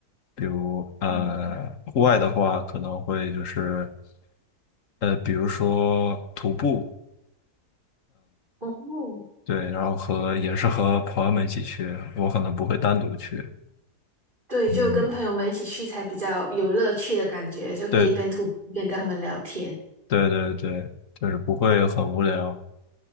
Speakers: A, on the left; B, on the right.
A: 比如呃，
B: 嗯，
A: 户外的话可能会就是呃，比如说徒步，
B: 哦，
A: 对，然后和也是和朋友们一起去，我可能不会单独去。
B: 对，就跟朋友们一起去才比较有乐趣的感觉，
A: 嗯，
B: 就可以一边徒步一边跟他们聊天。
A: 对对对对，就是不会很无聊。